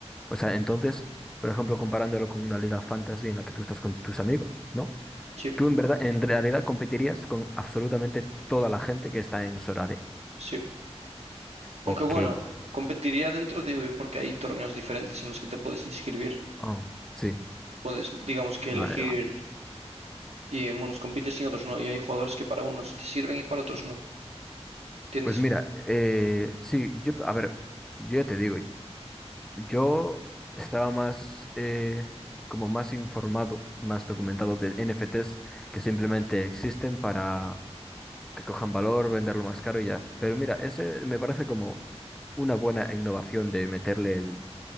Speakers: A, in the centre; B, on the right.
A: O sea, entonces, por ejemplo, comparándolo con una liga fantasy en la que tú estás con tus amigos, ¿no?
B: Sí,
A: Tú en verdad, en realidad competirías con absolutamente toda la gente que está en Sorare.
B: sí.
A: Ok.
B: Aunque bueno, competiría dentro de, porque hay torneos diferentes en los que te puedes inscribir.
A: Ah, sí.
B: Puedes, digamos que
A: Vale,
B: elegir
A: vale.
B: y en unos compites y en otros no. Y hay jugadores que para unos te sirven y para otros no. ¿Entiendes?
A: Pues mira, eh, sí, yo, a ver, yo ya te digo, yo estaba más, eh, como más informado, más documentado de NFTs que simplemente existen para que cojan valor, venderlo más caro y ya. Pero mira, ese me parece como una buena innovación de meterle el-